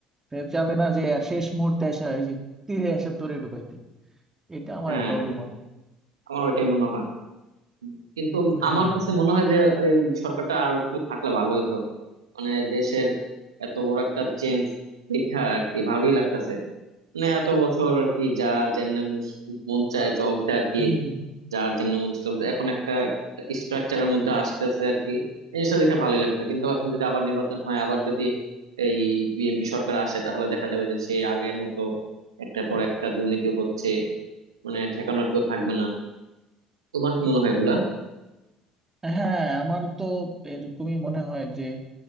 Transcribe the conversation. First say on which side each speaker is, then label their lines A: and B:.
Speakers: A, on the right; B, on the right.
A: তা যাবে না যে আর শেষ মুহূর্তে আসা ওই যে তীরে আসা তরে ডুবাইতে এটা আমার
B: হ্যাঁ
A: একটা অভিমত
B: হ্যাঁ আমার ওইটাই মনে হয় কিন্তু আমার
A: হ্যাঁ
B: কাছে মনে হয় যে এই সরকারটা আর একটু থাকলে ভালো হইতো মানে দেশের এত বড় একটা চেঞ্জ দেখা আর কি ভালোই লাগতেছে মানে এত বছর আর কি যা যেমনে মন মন চায় চলছে আর কি
A: হুম
B: যার যেমনে মন চায় চলছে এখন একটা স্ট্রাকচারের মধ্যে আসতেছে আর কি জিনিসটা দেখে ভালোই লাগতেছে কিন্তু এখন যদি আবার নির্বাচন হয় আবার যদি এই বিএনপি সরকার আসে তাহলে দেখা যাবে যে সেই আগের মতো একটার পর একটা দুর্নীতি হচ্ছে মানে ঠেকানোর কেউ থাকবে না তোমার কি মনে হয় এগুলা
A: হ্যাঁ আমার তো এরকমই মনে হয় যে